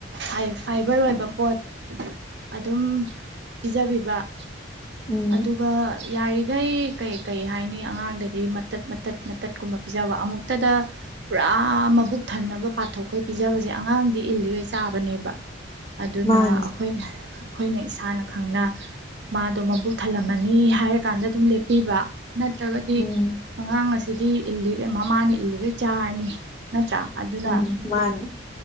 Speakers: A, on the right (about 60°); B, on the left (about 30°).
A: ꯐꯥꯏ-ꯐꯥꯏꯕꯔ ꯑꯣꯏꯕ ꯄꯣꯠ ꯑꯗꯨꯝ ꯄꯤꯖꯕꯤ <unintelligible>
B: ꯎꯝ
A: ꯑꯗꯨꯒ ꯌꯥꯔꯤꯈꯩ ꯀꯩ-ꯀꯩ ꯍꯥꯏꯅꯤ ꯑꯉꯥꯡꯗꯗꯤ ꯃꯇꯠ-ꯃꯇꯠ- ꯃꯇꯠ ꯀꯨꯝꯕ ꯄꯤꯖꯕ ꯑꯃꯨꯛꯇꯗ ꯄꯨꯔꯥ ꯃꯕꯨꯛ ꯊꯟꯅꯕ ꯄꯥꯊꯣꯛꯈꯩ ꯄꯤꯖꯕꯁꯦ ꯑꯉꯥꯡꯗꯤ ꯏꯜꯂꯤꯒꯩ ꯆꯥꯕꯅꯦꯕ ꯑꯗꯨꯅ
B: ꯃꯥꯅꯤ
A: ꯑꯈꯣꯏꯅ ꯑꯩꯈꯣꯏꯅ ꯏꯁꯥꯅ ꯈꯪꯅ ꯃꯥꯗꯣ ꯃꯕꯨꯛ ꯊꯜꯂꯝꯃꯅꯤ ꯍꯥꯏꯔꯀꯥꯟꯗ ꯑꯗꯨꯝ ꯂꯦꯞꯄꯤꯕ ꯅꯠꯇ꯭ꯔꯥꯒꯗꯤ
B: ꯎꯝ
A: ꯑꯉꯥꯡ ꯑꯁꯤꯗꯤ ꯏꯜꯂꯤꯒꯩ ꯃꯃꯥꯅ ꯏꯜꯒꯩ ꯆꯥꯔꯥꯅꯤ ꯅꯤ ꯅꯠꯇ꯭ꯔꯥ ꯑꯗꯨꯅ
B: ꯎꯝ ꯃꯥꯅꯤ